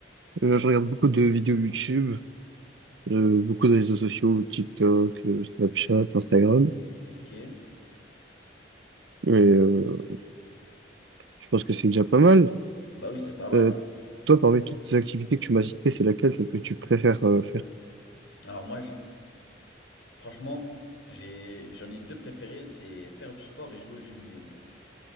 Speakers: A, on the right; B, on the left.
A: Euh, je regarde beaucoup de vidéos YouTube, Euh, beaucoup de réseaux sociaux, TikTok, euh, Snapchat, Instagram.
B: Ok.
A: Et euh, je pense que c'est déjà pas mal.
B: Ah Bah oui, c'est pas mal.
A: Euh, toi, parmi toutes ces activités que tu m'as citées, c'est laquelle, celle que tu préfères euh, faire?
B: Alors moi, je- franchement, j'ai, j'en ai deux préférés, c'est faire du sport et jouer aux jeux vidéo.